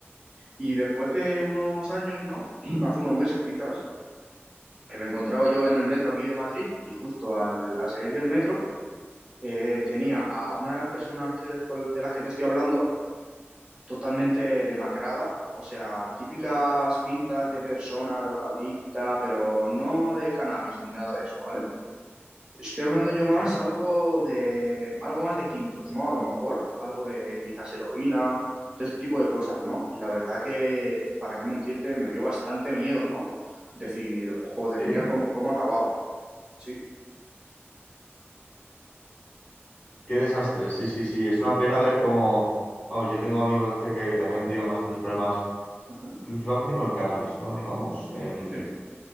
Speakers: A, on the right; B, on the left.
A: Y después de unos años, ¿no? <clears throat> Hace unos meses quizás, eh, me encontraba yo en el metro aquí de Madrid y justo al, al salir del metro eh, tenía a una de las personas que, con- de las que te estoy hablando totalmente demacrada, o sea, típicas pintas de persona drogadicta, pero no de cannabis ni nada de eso, ¿vale? Estoy hablando yo más
B: Sí.
A: algo de algo más de químicos, ¿no? A lo mejor algo de quizás heroína, todo este tipo de cosas, ¿no? Y la verdad que, para qué mentirte, me dio bastante miedo, ¿no? Decir, joder,
B: Sí.
A: mira cómo, cómo ha acabado. Sí.
B: Qué desastre. Sí, sí, sí. Es una pena ver cómo, vamos, yo tengo amigos de cerca que también han tenido bastantes problemas
A: ujú,
B: principalmente con el cannabis, ¿no? Digamos. em,
A: Sí.